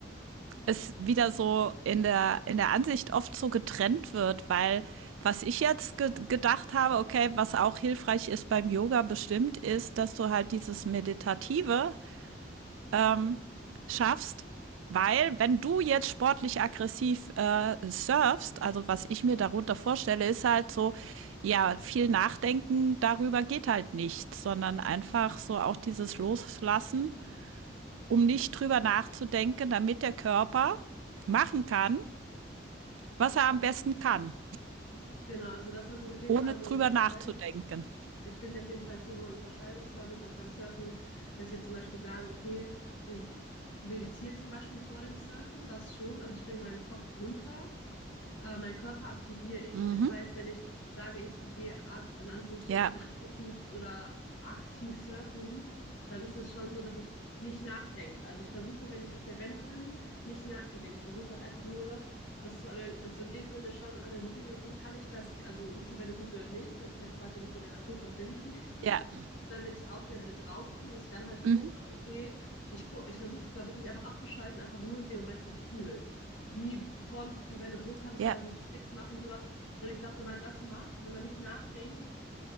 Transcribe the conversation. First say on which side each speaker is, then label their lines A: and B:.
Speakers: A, on the right (about 85°); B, on the left (about 80°).
A: es wieder so in der, in der Ansicht oft so getrennt wird, weil was ich jetzt ge gedacht habe, okay, was auch hilfreich ist beim Yoga bestimmt, ist, dass du halt dieses Meditative ähm, schaffst, weil wenn du jetzt sportlich aggressiv äh, surfst, also was ich mir darunter vorstelle, ist halt so, ja, viel Nachdenken darüber geht halt nicht, sondern einfach so auch dieses Loslassen um nicht drüber nachzudenken, damit der Körper machen kann, was er am besten kann,
B: Genau, also das soll sich auf jeden
A: ohne
B: Fall, wo man
A: drüber
B: unterscheiden
A: nachzudenken.
B: muss. Ich stimme dir auf jeden Fall zu, wo man unterscheiden muss, glaube ich, auch beim Surfen ist, dass ich jetzt zum Beispiel sage, okay, ich meditiere zum Beispiel vor dem Surfen, das schon, also ich bringe meinen Kopf runter aber meinen Körper aktiviere ich.
A: Mhm.
B: Das heißt, wenn ich sage, ich gehe ak- in Anführungsstrichen
A: Ja,
B: <laughs> aggressiv oder aktiv surfen, dann ist es schon so, dass ich nicht nachdenke. Also ich versuche, wenn ich auf der Welle bin, nicht nachzudenken. Ich versuche halt einfach nur, das zu analysieren, also in dem Sinne schon analysieren, okay, kann ich das, also ist die Welle gut oder nicht, dass ich halt quasi mich mit der Natur verbinde in dem Sinne.
A: ja,
B: Und dann, wenn ich auf der Welle drauf bin, dass ich dann halt
A: mhm.
B: gucke, okay, ich, gu- ich versuche da wirklich einfach abzuschalten, einfach nur in dem Moment zu fühlen wie formt sich die Welle, wo kann ich
A: ja,
B: quasi Tricks machen und sowas. Und ich glaube, wenn man das macht, wenn man nicht nachdenkt,